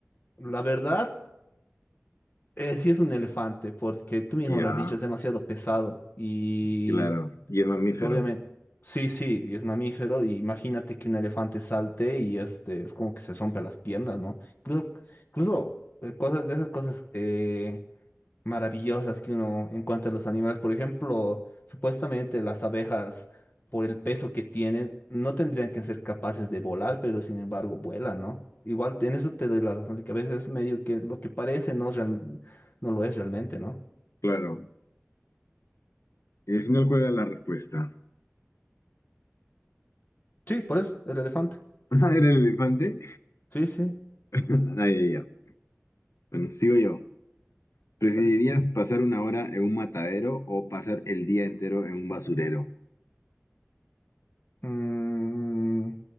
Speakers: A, on the left (about 40°); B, on the left (about 85°).
A: la verdad, eh, sí es un elefante, porque tú mismo
B: Ya,
A: lo has dicho, es demasiado pesado y
B: claro. Y es mamífero,
A: pues, obviamente, sí, sí, y es mamífero, y imagínate que un elefante salte y este, es como que se rompe las piernas, ¿no? Incluso, incluso eh, cosas de esas cosas... eh, maravillosas que uno encuentra en los animales. Por ejemplo, supuestamente las abejas, por el peso que tienen, no tendrían que ser capaces de volar, pero sin embargo vuelan, ¿no? Igual en eso te doy la razón, de que a veces es medio que lo que parece no, es real- no lo es realmente, ¿no?
B: claro. Y al final, ¿cuál era la respuesta?
A: Sí, por eso, el elefante.
B: <laughs> ¿Era el elefante?
A: Sí, sí,
B: <laughs> ahí ya. Bueno, sigo yo. ¿Preferirías
A: dale.
B: pasar una hora en un matadero o pasar el día entero en un basurero?
A: Mm,